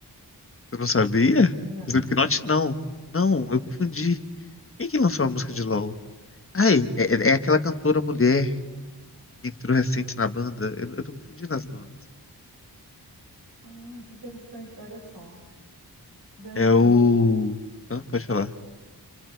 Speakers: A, on the left; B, on the right.
A: Você não sabia?
B: Não.
A: Slipknot não. Não, eu confundi. Quem que lançou a música de LOL? Ai, é, é é aquela cantora mulher que entrou recente na banda. Eu, eu tô confundindo as bandas.
B: Ah, que interessante, olha só. Então,
A: É o.
B: uh,
A: Hã? Pode falar.